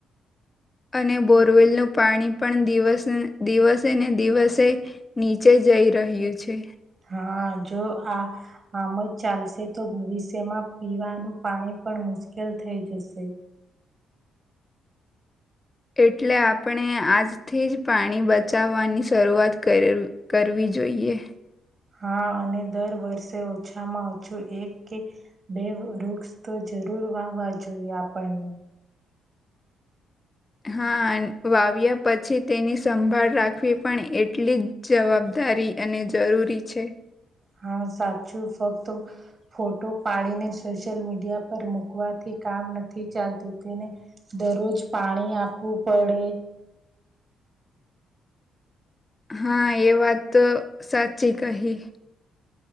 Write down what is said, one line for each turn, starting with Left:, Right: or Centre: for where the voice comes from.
Left: અને બોરવેલનું પાણી પણ દિવસે દિવસે ને દિવસે નીચે જ જઈ રહ્યું છે.
Right: હા જો આ આમ જ ચાલશે તો ભવિષ્યમાં પીવાનું પાણી પણ મુશ્કેલ થઈ જશે
Left: એટલે આપણે આજથી જ પાણી બચાવવાની શરૂઆત કર કરવી જોઈએ.
Right: હા અને દર વર્ષે ઓછામાં ઓછું એક કે બે વૃક્ષ તો જરૂર વાહવા જોઈએ આપણને
Left: હા વાવ્યા પછી તેની સંભાળ રાખવી પણ એટલી જ જવાબ દારી અને જરૂરી છે.
Right: હા સાચું ફક્ત ફોટો પાડીને સોશિયલ મીડિયા પર મુકવાથી કામ નથી ચાલતું તેને દરરોજ પાણી આપવું પડે
Left: હા એ વાત તો સાચી કહી